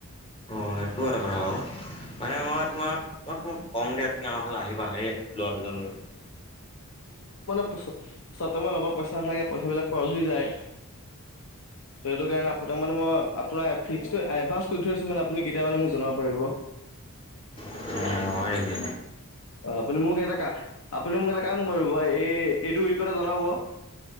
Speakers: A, on the left; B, on the left.
A: অ এইটো এটা কথা কওঁ মানে মই তোমাক। কম দিয়া তুমি আমাৰ ঘৰলে আহিবা হে ল'ৰা দুজনলৈ।
B: চব সময়ত লগত পইচা নাথাকে পইচা বিলাক খৰচ হৈ যায় সেইটো কাৰণে কোনে মানে মই আপোনাৰ ফিক্স টো এডভান্স কৰি থৈছো মানে আপুনি কেতিয়া মানে মোক জনাব পাৰিব
A: অঁ হয় নেকি
B: অ, আপুনি মোক এটা কাম আপুনি মোক এটা কাম কৰিব এই এইটো উইকতে জনাব। <unintelligible>